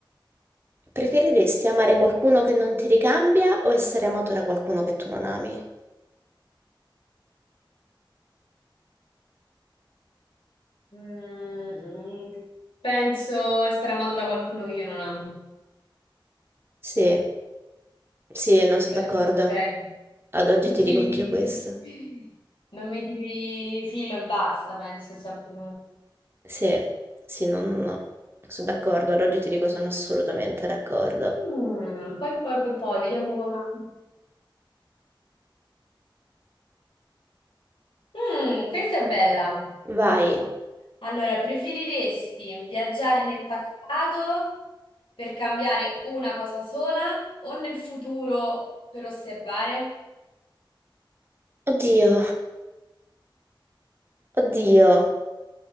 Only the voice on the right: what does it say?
preferiresti amare qualcuno che non ti ricambia o essere amato da qualcuno che tu non ami?
Sì. Sì, no,
sono
d'accordo.
Ad oggi
ti
dico anch'io questo.
Sì, sì, no, no, no. Sono d'accordo, ad oggi ti dico sono assolutamente d'accordo.
Vai.
Oddio, oddio.